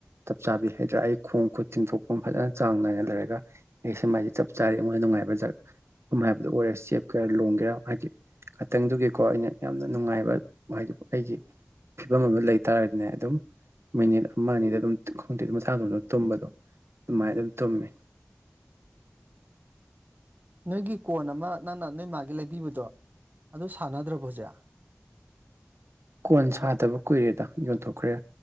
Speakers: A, on the right; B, on the right.
A: ꯆꯞ ꯆꯥꯕꯤ ꯍꯥꯏꯗ꯭ꯔꯥ ꯑꯩ ꯈꯣꯡ ꯈꯨꯠ ꯇꯤꯡꯊꯣꯛꯐꯝ ꯐꯖꯅ ꯆꯥꯡ ꯅꯥꯏꯅ ꯂꯩꯔꯒ ꯑꯩ ꯁꯦꯃꯥꯢꯅ ꯆꯞ ꯆꯥꯔꯦ ꯑꯩꯉꯣꯟꯗ ꯅꯨꯡꯉꯥꯏꯕ ꯖ ꯎꯝ ꯍꯥꯏꯕꯗꯣ ꯑꯣꯏꯔꯦ ꯆꯦꯞꯀꯦꯔꯥ ꯂꯣꯡꯒꯦꯔꯥ ꯍꯥꯏꯗꯤ ꯉꯥꯇꯪꯗꯨꯒꯤꯀꯣ ꯑꯩꯅ ꯌꯥꯝꯅ ꯅꯨꯡꯉꯥꯏꯕ ꯍꯥꯢꯗꯤ ꯑꯩꯒꯤ ꯐꯤꯕꯝ ꯑꯃ ꯂꯩꯇꯥꯥꯔꯗꯤꯅꯦ ꯑꯗꯨꯝ ꯃꯤꯅꯤꯠ ꯑꯃ ꯑꯅꯤꯗ ꯑꯗꯨꯝ ꯈꯣꯡꯇꯤꯠ ꯃꯁꯥꯇꯣꯝꯗ ꯇꯨꯝꯕꯗꯣ ꯑꯗꯨꯃꯥꯢꯅ ꯑꯗꯨꯝ ꯇꯨꯝꯃꯦ
B: ꯅꯣꯏꯒꯤ ꯀꯣꯟ ꯑꯃ ꯅꯪꯅ ꯅꯣꯏ ꯃꯥꯒꯤ ꯂꯩꯕꯤꯕꯗꯣ ꯑꯗꯨ ꯁꯥꯟꯅꯗ꯭ꯔꯕ ꯍꯧꯖꯤꯛ
A: ꯀꯣꯟ ꯁꯥꯗꯕ ꯀꯨꯢꯔꯦꯗ ꯌꯣꯟꯊꯣꯛꯈ꯭ꯔꯦ